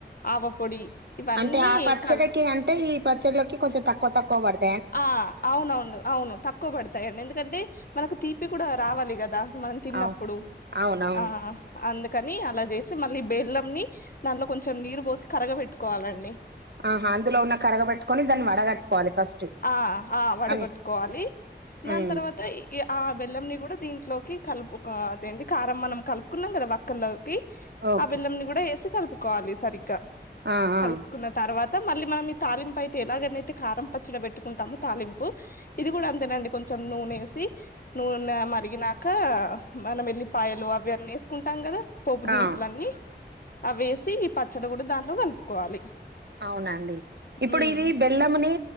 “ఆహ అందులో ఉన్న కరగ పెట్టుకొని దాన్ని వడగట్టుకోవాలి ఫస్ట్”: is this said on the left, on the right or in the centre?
Right